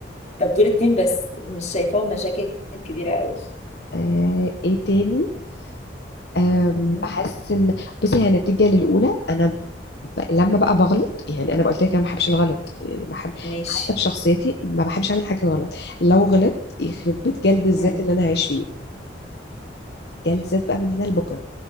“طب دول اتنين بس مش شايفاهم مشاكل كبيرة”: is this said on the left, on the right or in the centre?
Left